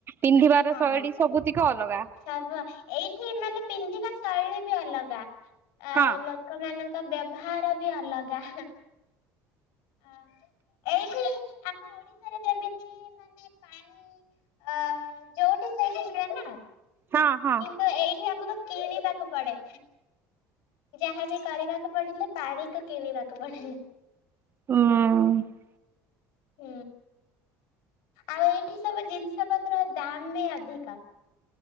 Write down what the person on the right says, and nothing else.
ପିନ୍ଧିବାର
ଶୈଳୀ, ସବୁତିକ ଅଲଗା।
ହଁ
ହଁ ହଁ
ହୁଁ।